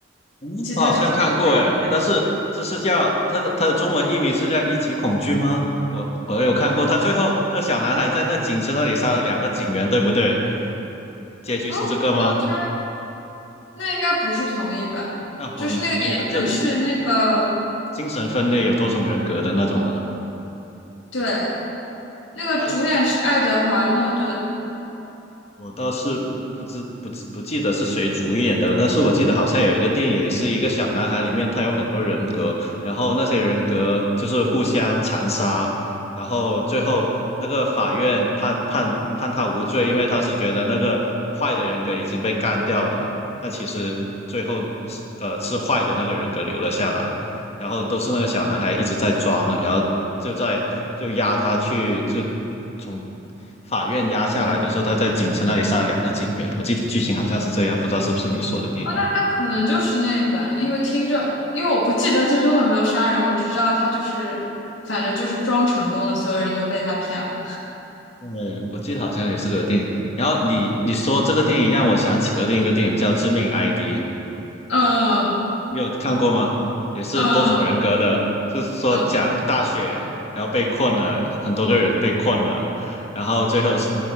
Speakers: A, on the left; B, on the left.
A: 嗯，
B: 其实他就是那个杀人。
A: 我好像看过诶，但是这是叫它的它的中文译名是叫《一级恐惧》吗？我我有看过，他最后那小男孩在那警车那里杀了两个警员，对不对？结局是这个吗？
B: 哦，有杀，那应该不是同一本，
A: 那彭于彭于晏就
B: 就是那个演员是那个，
A: 精神分裂有多重人格的那种啊。
B: 对，那个主演是爱德华诺顿。
A: 他我倒是不知不记不记得是谁主演的，但是我记得好像有一个电影也是一个小男孩，里面他有很多人格，然后那些人格就是互相残杀，然后最后那个法院判判判他无罪，因为他是觉得那个坏的人格已经被干掉了，但其实最后是呃是坏的那个人格留了下来，然后都是那个小男孩一直在装的，然后就在就押他去，就从法院押下来的时候，
B: 嗯，哦，
A: 他在警车那里杀了两个警员。我记得剧情好像是这样，不知道是不是你说的电影。
B: 那那可能就是那一版，因为听着，因为我不记得他最后有没有杀人，我只知道他就是，反正就是装成功了，所有人都被他骗了。
A: 嗯，我记得好像也是个电影。然后你你说这个电影让我想起了另一个电影叫《致命 ID》，
B: 嗯
A: 你有看过吗？也是多重人格的，
B: 嗯嗯
A: 是说讲大雪，
B: 嗯嗯，
A: 然后被困了，很多个人被困了，然后最后是